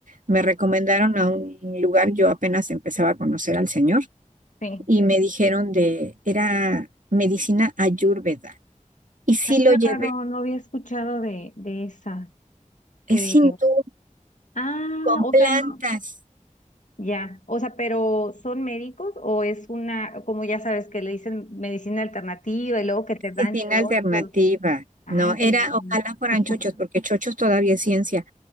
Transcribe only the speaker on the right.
me recomendaron a un lugar, yo apenas empezaba a conocer al señor
y me dijeron de, era medicina ayurveda. Y sí
lo
llevé,
es
hindú,
con
plantas,
y sin
alternativa.
No, era,
ojalá fueran
chochos, porque chochos todavía es ciencia